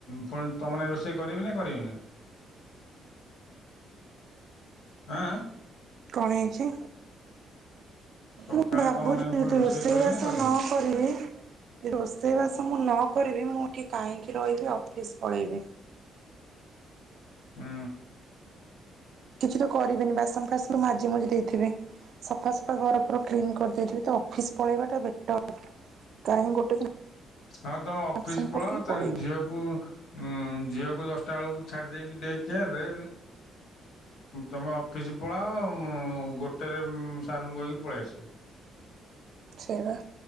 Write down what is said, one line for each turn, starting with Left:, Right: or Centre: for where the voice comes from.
Left: ପୁଣି ତମନାଗି ରୋଷେଇ କରିବି ନା କରିବିନି? ହାଁ ହାଁ।
Right: କଣ ହେଇଛି
Left: ସକାଳେ
Right: ମୁଁ ଭାବୁଛି
Left: ତୁମ ନାଗି ପୁଣି
Right: ଯଦି ରୋଷେଇ
Left: କରିବି
Right: ବାସ
Left: ନା କରିବିନି
Right: ନ କରିବି। ଯଦି ରୋଷେଇବାସ ମୁଁ ନ କରିବି, ମୁଁଠି କାହିଁକି ରହିବି। ଅଫିସ ପଳେଇବି।
Left: ହୁଁ।
Right: କିଛି ତ କରିବେନି ବାସନ୍ ଫାସନ୍ ମାଜି ମଜି ଦେଇଥିବେ। ସଫା ସଫା ଘର ପ କ୍ଲିନ କରିଦେଇଥିବି। ତ ଅଫିସ ପଳେଇବା ଟା ବେଟର। କାହିଁ ଗୋଟେ ଦିନ
Left: ହଁ ତମ ଅଫିସ
Right: ଆବସେଣ୍ଟ
Left: ପଳାଅ,
Right: ପକେଇ
Left: ତାଙ୍କ
Right: ପଳେଇବି
Left: ଝିଅକୁ ଉ ଝିଅକୁ ଦଶଟା ବେଳକୁ ଛାଡି ଦେଇକି ଡେ କିଆର୍ ରେ ତମ ଫିଜ୍ ପଳାଅ। ଗୋଟେରେ ସାର୍ ଙ୍କୁ କହିକି ପଳେଇ ଆସିବ।
Right: ଛେଇ ବା